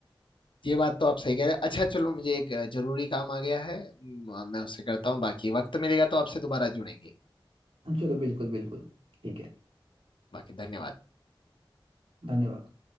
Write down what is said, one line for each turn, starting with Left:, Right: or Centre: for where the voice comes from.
Left: ये बात तो आप सही कह रहे हैं अच्छा चलो मुझे एक अ, जरूरी काम आ गया है म, मैं उससे करता हूँ बाकी वक्त मिलेगा तो आपसे दोबारा जुड़ेंगे
Right: चलो बिल्कुल बिल्कुल ठीक है
Left: बाकी धन्यवाद
Right: धन्यवाद